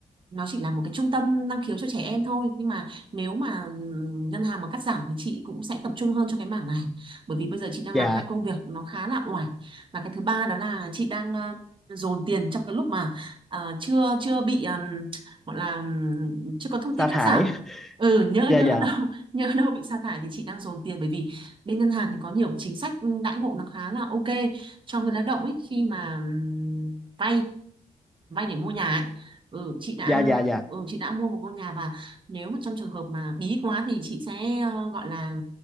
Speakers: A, on the right; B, in the centre.
A: nó chỉ là một cái trung tâm năng khiếu cho trẻ em thôi nhưng mà nếu mà ừm, ngân hàng mà cắt giảm thì chị cũng sẽ tập trung hơn cho cái mảng này bởi vì bây giờ chị đang
B: Dạ,
A: làm hai công việc nó khá là oải và cái thứ ba đó là chị đang ờ, dồn tiền trong cái lúc mà ờ, chưa chưa bị ừm, gọi là ừm, chưa có thông tin
B: sa
A: cắt
B: thải.
A: giảm ừ nhỡ
B: Dạ
A: nhỡ
B: dạ.
A: đâu <laughs> nhỡ đâu bị sa thải thì chị đang dồn tiền bởi vì bên ngân hàng thì có nhiều chính sách đãi ngộ nó khá là ok cho người lao động ấy khi mà ừm, vay vay để mua nhà ấy. Ừ, chị đã
B: Dạ dạ dạ.
A: ừ, chị đã mua một ngôi nhà và nếu mà trong trường hợp mà bí quá thì chị sẽ ờ, gọi là